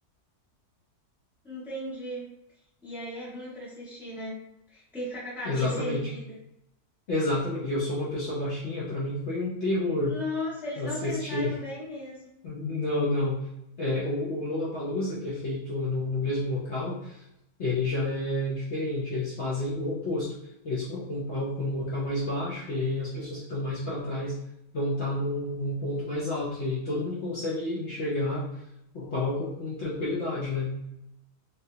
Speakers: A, in the centre; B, on the left.
A: Entendi. E aí é ruim pra assistir, né? Tem que ficar com a
B: Exatamente.
A: cabeça erguida.
B: Exatamente. Eu sou uma pessoa baixinha, para mim foi um terror
A: Nossa, eles
B: assistir.
A: não pensaram bem mesmo.
B: Não, não. É, o, o Lollapalooza, que é feito no, no mesmo local, ele já é diferente. Eles fazem o oposto. Eles colocam um palco num local mais baixo e aí as pessoas que estão mais para trás vão estar num, num ponto mais alto. E aí todo mundo consegue enxergar o palco com tranquilidade, né?